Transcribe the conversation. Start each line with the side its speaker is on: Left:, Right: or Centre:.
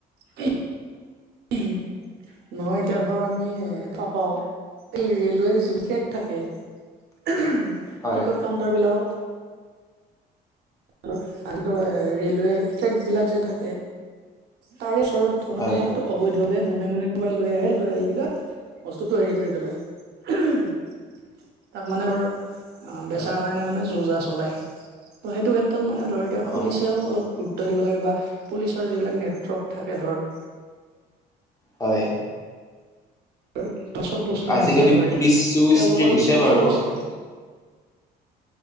Right: উম, উম, উম। নহয় এতিয়া ধৰ আমি এ, দেখা পাওঁ। এই ৰেলৱে যিব ট্ৰেক থাকে। টিকট
Left: হয়
Right: কাউন্টাৰ বিলাকত আৰু তোমাৰ ৰেলৱে ট্ৰেক বিলাক যে থাকে, তাৰে ওচৰত ঠো
Left: হয়
Right: মানে ত, অবৈধভাৱে মনে মনে কোনবাই লৈ আহে লৈ আহি কিদা বস্তুটো হেৰি কৰি পেলাই তাক মানে আ,
Left: হয়
Right: বেচাৰ কাৰণে মানে যো যা চলায়। ত' সেইটো ক্ষেত্ৰত মানে ধৰ এতিয়া
Left: অ
Right: পুলিচেও অলপ গুৰু গুৰত্ব দিব লাগে বা পুলিচৰ যিবিলাক নেটৱৰ্ক থাকে ধৰ
Left: হয়
Right: আৰু চব বস্তু
Left: আজিকালি
Right: নিজে ধৰে
Left: পুলিচো
Right: তেওঁলোকৰো
Left: ষ্ট্ৰিক হৈছে
Right: কিছুমান
Left: বাৰু
Right: চৰ্চ থাকে